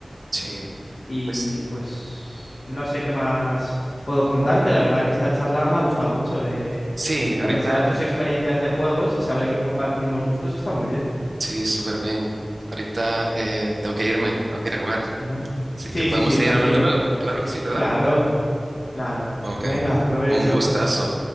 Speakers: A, on the right (about 75°); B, on the left (about 65°).
A: Sí,
B: Y
A: pues
B: pues no sé qué más puedo contarte. La verdad que esta charla me ha gustado mucho. eh,
A: sí,
B: también
A: ahorita,
B: saber tus experiencias de juegos y saber que compartimos gustos está muy bien.
A: sí, súper bien. Ahorita eh, tengo que irme, tengo que ir a comer.
B: Ujú.
A: Así
B: Sí,
A: que podemos
B: sí, sí,
A: seguir
B: tranquilo.
A: hablando luego. Claro que sí, ¿verdad?
B: Claro, claro.
A: Ok,
B: Venga, provecho.
A: un gustazo.